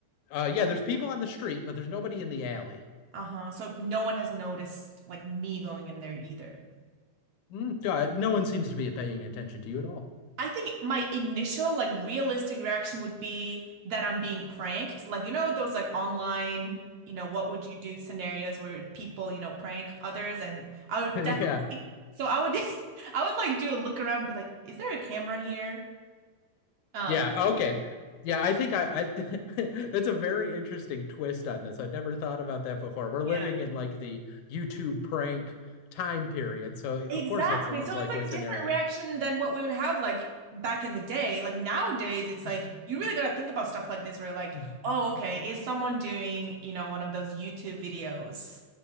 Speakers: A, on the left; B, on the right.
A: Uh yeah, there's people on the street, but there's nobody in the alley.
B: Uh-huh. So no one has noticed like me going in there either.
A: Mm, God, no one seems to be paying attention to you at all.
B: I think my initial like realistic reaction would be that I'm being pranked. Like, you know, those like online, you know, what would you do scenarios where people, you know, prank others and I would
A: <laughs>
B: definitely
A: Yeah.
B: so I would just <laughs> I would like do a look around and be like, is there a camera here? Um,
A: Yeah, okay. Yeah, I think I, I th <laughs> that's a very interesting twist on this. I'd never thought about that before. We're living
B: yeah.
A: in like the YouTube prank time period, so
B: Exactly.
A: of course that's the most
B: So
A: likely
B: it's like
A: scenario.
B: different reaction than what we would have like back in the day. Like nowadays it's like
A: <laughs>
B: you really gotta think about stuff like this where like,
A: hmm
B: oh, okay, is someone doing, you know, one of those YouTube videos?